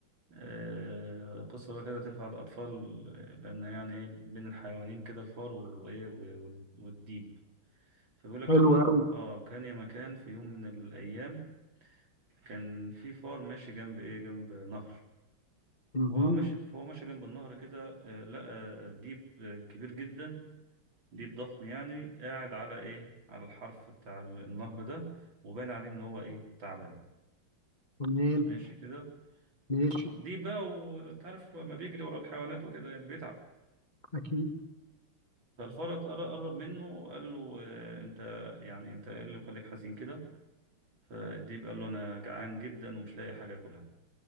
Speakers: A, on the right (about 60°); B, on the left (about 20°).
A: آه قصة بقى كده تنفع الأطفال لأن يعني إيه بين الحيوانين كده الفار وإيه و- والديب فبيقول لك
B: حلو
A: في يوم
B: قوي
A: آه كان يا مكان في يوم من الأيام كان في فار ماشي جنب ايه جنب نهر
B: مهم.
A: وهو ماشي فهو ماشي جنب النهر كده آه، لقى ديب آه، كبير جدا ديب ضخم يعني قاعد على ايه على الحرف بتاع النهر ده وبان عليه ان هو ايه تعبان
B: تمام
A: ماشي كده
B: ماشي
A: آه، ديب بقى وانت عارف لما بيجري ورا الحيوانات وكده يعني بيتعب
B: اكيد
A: فالفار اتقر- قرب منه وقال له آه، انت يعني انت ايه اللي مخليك حزين كده فالديب قال له انا جعان جدا ومش لاقي حاجه اكلها